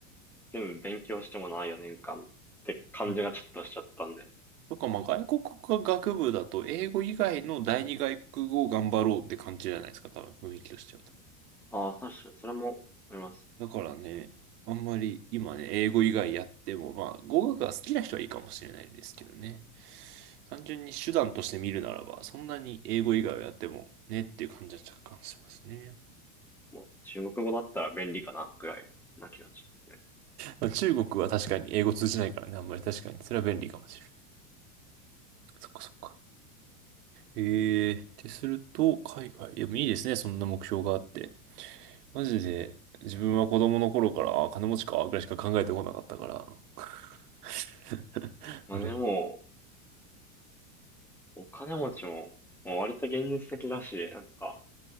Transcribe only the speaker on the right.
うんそっか、まあ、外国語学部だと、英語以外の第二外国語を頑張ろうって感じじゃないですか、多分、雰囲気としては。
だからね、あんまり今ね、英語以外やっても、まあ、語学が好きな人はいいかもしれないですけどね。単純に手段として見るならば、そんなに英語以外をやってもねっていう感じは若干しますね。
まあ、中国は確かに英語通じないからね、あんまり確かに。それは便利かもしれない。そっかそっか。へえ、ってすると、海外。でもいいですね、そんな目標があって。マジで、自分は子供の頃から、あ金持ちか、ぐらいしか考えてこなかったから。<laughs>
あれ。